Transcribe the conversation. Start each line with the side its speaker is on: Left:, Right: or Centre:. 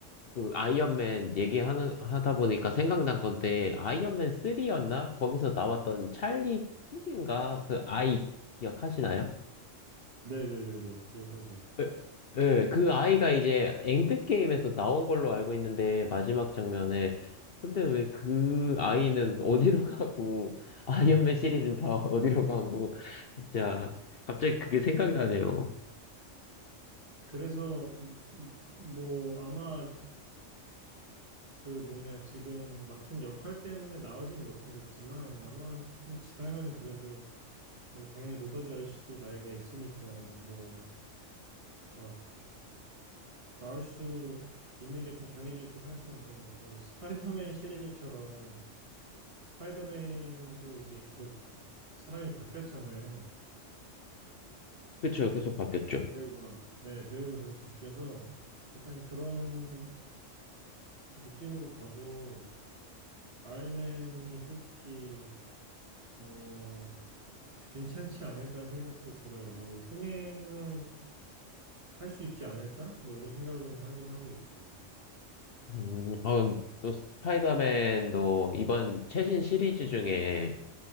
Left: 그 아이언맨 얘기하는 하다 보니까 생각난 건데 아이언맨 3였나? 거기서 나왔던 찰리 키드인가? 그 아이 기억하시나요?
Right: 네네네네 기억하죠.
Left: 예, 예, 그 아이가 이제 엔드게임에서 나온 걸로 알고 있는데 마지막 장면에 근데 왜 그 아이는 어디로 가고 <laughs> 아이언맨
Right: <laughs>
Left: 시리즈는 다 어디로 가고 진짜 갑자기 그게 생각나네요.
Right: 그래서 음, 뭐 아마 그 뭐냐 지금 맡은 역할 때문에 나오진 못하겠지만 아마 좀 지나면 그래도 뭐 당연히 로더즈 아저씨도 나이가 있으니까 뭐 막 나올 수 있는 게 좀 정해져 있긴 하지만은 그 스파이더맨 시리즈처럼 스파이더맨도 이제 계속 사람이 바뀌었잖아요.
Left: 그쵸, 계속 바뀌었죠.
Right: 배우가. 네, 배우가 계속 바뀌어서 약간 그런 느낌으로 가도 아이언맨이 솔직히 어, 괜찮지 않을까 하는 생각도 들어요. 뭐, 흥행을 할 수 있지 않을까? 뭐, 이런 생각은 하긴 하고 있어요.
Left: 음, 어, 또 스파이더맨도 이번 최신 시리즈 중에